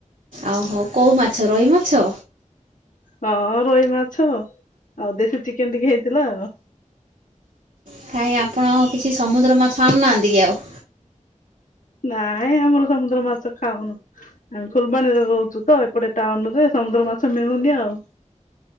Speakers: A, on the right; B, on the left.
A: ଆଉ ହଉ କୋଉ ମାଛ ରହି ମାଛ?
B: ହଁ ରୋହି ମାଛ ଆଉ ଦେଶୀ ଚିକେନ୍ ଟିକେ ହେଇଥିଲା।
A: କାଇଁ ଆପଣ କିଛି ସମୁଦ୍ର ମାଛ ଆଣୁନାହାନ୍ତି କି ଆଉ?
B: ନାଇଁ ଆମର ସମୁଦ୍ର ମାଛ ଖାଉନୁ। ଆମେ ଫୁଲବାଣୀରେ ରହୁଚୁ ତ ଏପଟେ ଟାଉନ୍ ରେ ସମୁଦ୍ର ମାଛ ମିଳୁନି ଆଉ।